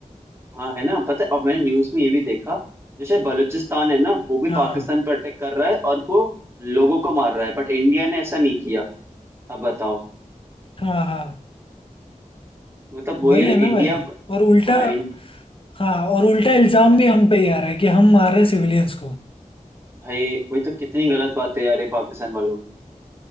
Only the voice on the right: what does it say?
हाँ है ना पता है अब मैंने न्यूज में ये भी देखा जैसे बलूचिस्तान है ना वो भी
पाकिस्तान पर अटैक कर रहा है और वो लोगों को मार रहा है बट इंडिया ने ऐसा नहीं किया अब बताओ
मतलब वही
है ना
इंडिया
हाँ इंड...
भाई वही तो कितनी गलत बात है यार ये पाकिस्तान वालों